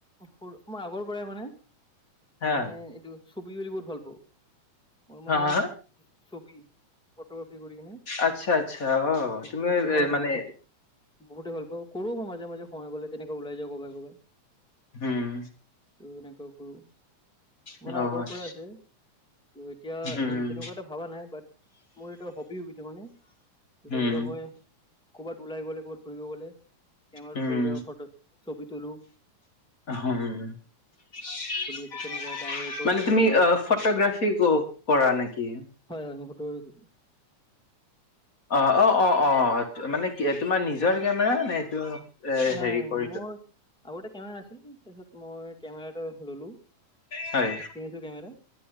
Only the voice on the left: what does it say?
হা
হা হা
আচ্ছা আচ্ছা অ
তুমি
এ মানে
উম
হম অ
আচ্ছা
হম
হম
উম
মানে
তুমি
ফটোগ্ৰাফি কৰা? নেকি।
অ', অ', অ', অ'মানে কি তোমাৰ নিজৰ কেমেৰা নে এইটো এ
হেৰি কৰিলো
হয়